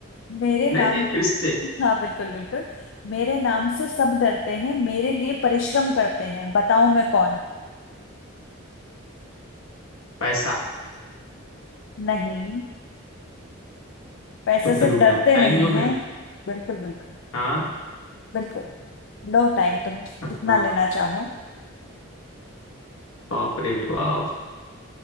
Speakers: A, on the left (about 60°); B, on the left (about 80°).
A: मेरे नाम
B: नहीं नहीं फिर से
A: <laughs> हाँ बिल्कुल बिल्कुल मेरे नाम से सब डरते हैं मेरे लिए परिश्रम करते हैं बताओ मैं कौन
B: पैसा
A: नहीं पैसे
B: तो
A: से
B: फिर रुक
A: डरते
B: जाओ टाइम
A: नहीं
B: दो
A: हैं
B: मेरे को
A: बिल्कुल बिल्कुल
B: हाँ
A: बिल्कुल लो टाइम तुम जितना
B: हाँ
A: लेना चाहो
B: बाप रे बाप